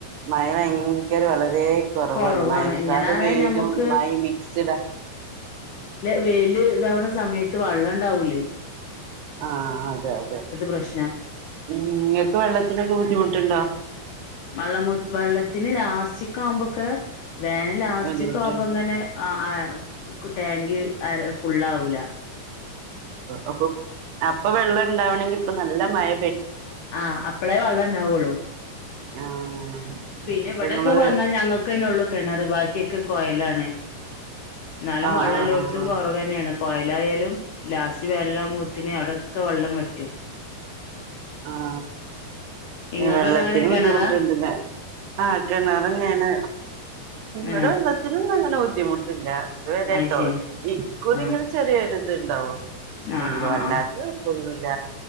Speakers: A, on the right; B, on the left.
A: മയ ഭയങ്കര വളരെ കുറവാണ്
B: കൊറവാണ്
A: മഴക്കാല
B: ഇങ്ങനെ ആയാ
A: മേലും
B: ഞമ്മക്ക്
A: മഴ മിക്സ്ഡ
B: വെയ്ല് ഇതാവണ സമയത്ത് വെള്ളംണ്ടാവൂലേ
A: ആഹ അതെ അതെ
B: പ്രശ്നം
A: ഉ നിങ്ങക്ക് വെള്ളത്തിനൊക്കെ ബുദ്ധിമുട്ടുണ്ടോ
B: വെള്ള വെള്ളത്തിന് ലാസ്റ്റിക്ക ആവുമ്പോൊക്കെ വേന ലാസ്റ്റക്ക്
A: ബുദ്ധിമുട്ടുണ്ട്
B: ആകുമ്പോം അങ്ങനെ ആ ടാങ്ക് ആ ഫുള്ള ആവല
A: അപ്പൊ അപ്പൊ വെള്ളം ഇണ്ടാവണമെങ്കിൽ ഇപ്പൊ നല്ല മയ
B: ആഹ് അപളേ വള്ളുണ്ടാവളു
A: ആഹ്
B: പിന്നെ
A: അപ്പൊ
B: ഇവിടെൊക്കെ
A: നിങ്ങള്
B: പറഞ്ഞാൽ ഞങ്ങൾക്കന്നെ ഉള്ളൂ കിണറ് ബാക്കിയക്കെ പോയലാണ് എന്നാലും
A: ആഹ്
B: വെള്ളം
A: ആഹ്
B: എല്ലാടത്തും
A: ആഹ്
B: കുറവ് തന്നെയാണ് കൊയലായാലും ലാസി വല്ലാമൂത്തിന് അടൊക്ക വെള്ളം വറ്റും
A: ആ
B: ഇങ്ങക്കൊക്കെ
A: വെള്ളത്തിന്
B: എങ്ങനെ കിണറാ
A: ബുദ്ധിമുട്ടണ്ട ആ കിണറങ്ങാണ്
B: ഏ
A: ഇടെ വെള്ളത്തിന്ന അങ്ങനെ ബുദ്ധിമുട്ടില്ല ഇതുവരെ
B: അയ്ശരി
A: ട്ടോ ഇക്കൂടി
B: ആ
A: ഇങ്ങനെ ചെറിയൊരു അത് ഉണ്ടാവോ
B: ആ
A: ഉള്ളൂ
B: ആ
A: അല്ലാത്ത
B: ആ
A: അല്ല